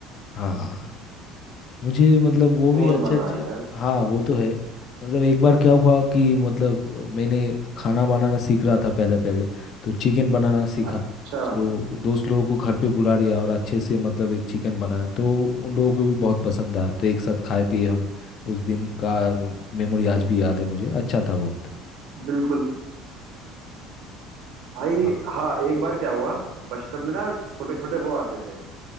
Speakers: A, on the left (about 50°); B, on the right (about 70°).
A: हाँ हाँ मुझे मतलब वो
B: बहुत
A: भी अच्छे
B: मजा
A: अच्छे
B: आया यार
A: हाँ वो तो है मतलब एक बार क्या हुआ कि मतलब मैंने खाना बनाना सीख रहा था पहले पहले तो चिकन बनाना सीखा
B: अच्छा
A: तो दोस्त लोगों को घर पे बुला लिया और अच्छे से मतलब एक चिकन बनाया तो उन लोगों को भी बहुत पसंद आया तो एक साथ खाए पिए हम उस दिन का मेमोरी आज भी याद है मुझे अच्छा था बहुत
B: बिल्कुल भाई
A: हाँ
B: हाँ एक बार क्या हुआ बचपन में ना छोटे छोटे वो आते थे